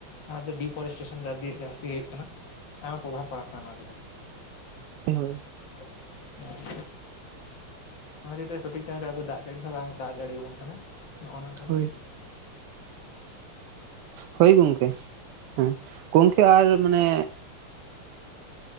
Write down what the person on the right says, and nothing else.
ᱦᱳᱭ ᱦᱳᱭ
ᱦᱳᱭ
ᱦᱳᱭ ᱜᱚᱝᱠᱮ ᱦᱮᱸ ᱜᱚᱢᱠᱮ ᱟᱨ ᱢᱟᱱᱮ